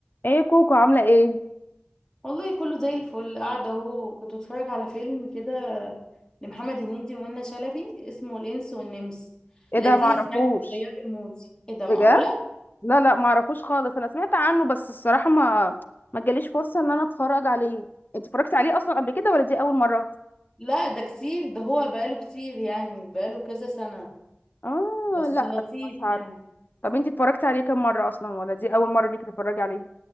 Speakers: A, on the left; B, on the left.
A: ايه كوكو عامله ايه
B: والله كله زي الفل قاعدة اهو كنت بتفرج على فيلم كده لمحمد هنيدي ومنى شلبي اسمه الإنس والنمس
A: ايه
B: لذيذ
A: ده معرفوش
B: يعني بيغير لي مودي ايه ده معقولة؟
A: بجد لا لا معرفوش خالص انا سمعت عنه بس الصراحه ما ما جاليش فرصه ان انا اتفرج عليه انت اتفرجتي عليه اصلا قبل كده ولا دي اول مره
B: لا ده كتير ده هو بقاله كتير يعني بقاله كذا سنة
A: اه
B: بس
A: لا
B: لطيف
A: مش عارف
B: يعني
A: طب انت اتفرجتي عليه كام مره اصلا ولا دي اول مره ليك تتفرجي عليه